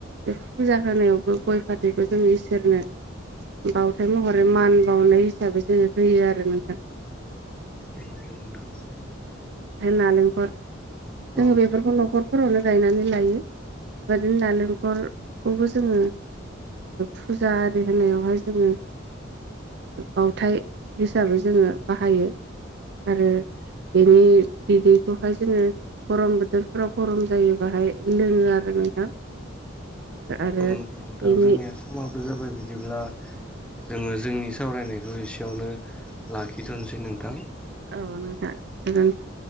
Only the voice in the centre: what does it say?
बेनो नोंथां
औ
औ नंगौ नोंथां
जोंनिया समाबो जाबाय बिदिब्ला जोङो जोंनि सावरायनायखौ एसेयावनो लाखिथ'सै नोंथां